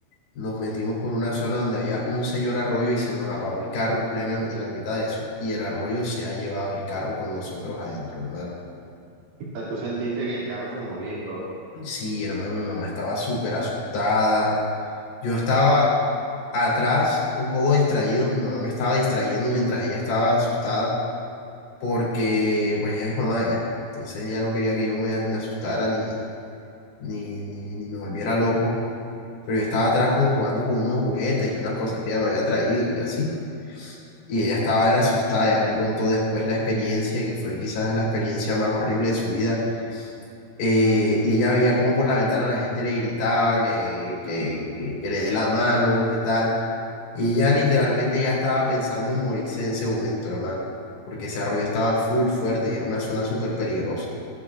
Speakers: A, on the left; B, on the right.
A: nos metimos por una zona donde había un señor arroyo y se nos apagó el carro en plena, en la mitad de eso. Y el arroyo se ha llevado el carro con nosotros adentro, hermano.
B: O sea, tú sentiste que el carro se movía y todo.
A: Sí, hermano, mi mamá estaba súper asustada. Yo estaba atrás, un poco distraído. Mi mamá me estaba distrayendo mientras ella estaba asustada porque, pues, ella es mamá ya. Entonces ella no quería que yo me, me asustara ni, ni, ni, ni me volviera loco. pero yo estaba atrás como jugando con unos juguetes y unas cosas que ella me había traído y así. Y ella estaba, era asustada, ella me contó después la experiencia, que fue quizás la experiencia más horrible de su vida. Eh, y ella veía como por la ventana la gente le gritaba que, que, que, que le dé la mano, que tal. Y ella literalmente ya estaba pensando en morirse en ese momento, hermano, porque ese arroyo estaba full fuerte y era una zona súper peligrosa.